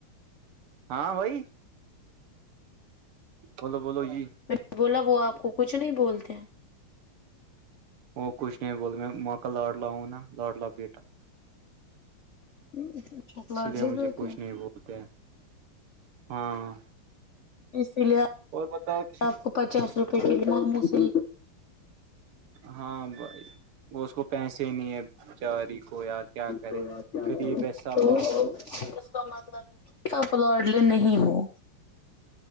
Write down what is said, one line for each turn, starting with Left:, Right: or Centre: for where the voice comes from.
Right: ہاں بھائی بولو بولو جی
Left: میں بولا وہ آپ کو کچھ نہیں بولتے ہیں
Right: وہ کچھ نہیں بول میں ماں کا لاڑ لا ہوں نا لاڑ لا بیٹا
Left: اچھا
Right: اسی
Left: لاڈلی
Right: لیے مجھے
Left: بیٹی
Right: کوچھ
Left: ہو
Right: نہیں بولتا ہاں
Left: اسی لیے
Right: اور بتا کہ
Left: آپ کو پچاس روپئے کلو ممو سے
Right: ہاں بھائی اس کو پیسے نہیں ہے بچاری کو یار کیا کرے
Left: پڑے
Right: غریب ہے سب
Left: تو
Right: آج
Left: اس کا مطلب ہے نا آپ لوڈلے نہیں ہو